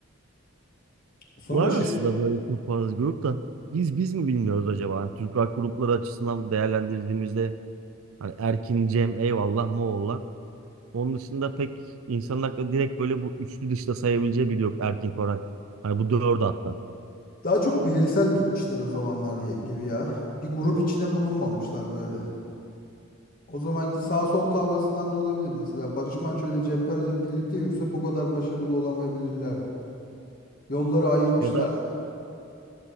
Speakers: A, on the left; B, on the right.
A: Sonra
B: Var aslında
A: şey
B: böyle çok fazla grup da biz biz mi bilmiyoruz acaba? Hani Türk rock grupları açısından değerlendirdiğimizde hani Erkin, Cem, eyvallah Moğollar. Onun dışında pek insanın aklına direkt böyle bu üçlü dışta sayabileceği biri yok Erkin Koray. Hani bu dördü hatta.
A: daha çok bireysel gitmişler o zamanlar ya- gibi ya. Bir grup içine bulunmamışlar böyle. O zamanki sağ sol kavgasından da olabilir mesela. Barış Manço ile Cem Karaca birlikte yürüse bu kadar başarılı olamayabilirlerdi. Yolları ayırmışlar
B: Ya da
A: ya.